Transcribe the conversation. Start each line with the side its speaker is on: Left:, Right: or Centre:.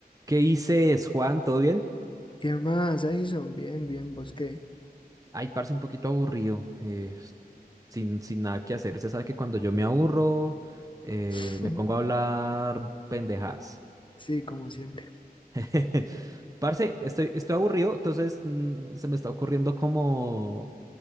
Right: ¿Qué dices, Juan? ¿Todo bien?
Left: ¿Qué más, Edison? Bien, bien, ¿vos qué?
Right: Ay, parce, un poquito aburrido, eh, sin, sin nada que hacer. Usted sabe que cuando yo me aburro, eh,
Left: <laughs>
Right: me pongo a hablar pendejadas.
Left: Sí, como siempre.
Right: <laughs> Parce, estoy, estoy aburrido, entonces mm, se me está ocurriendo como...